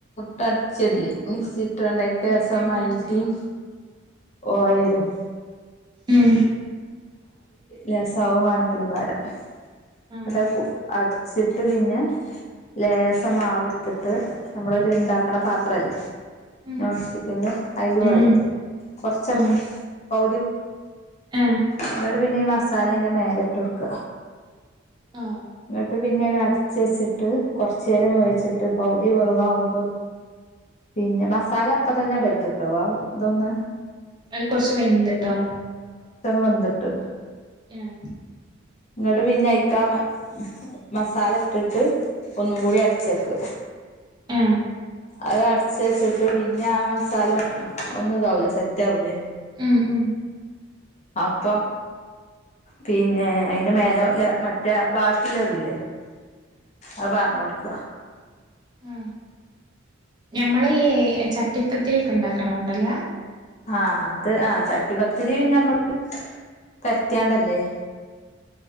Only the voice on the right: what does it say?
മിക്സിയിട്ട്
അടിച്ച്
ഉം
ആ
ഉം
ഉം
ഉം ആ
ആഹ്
അത് കൊറച്ച് വെതിട്ടാ
ഉം
ആഹ
ഉം ഉം
ആ ഞമ്മള ഈ ചട്ടിപ്പത്തിൊക്കെ ഉണ്ടാക്കണോണ്ടല്ലാ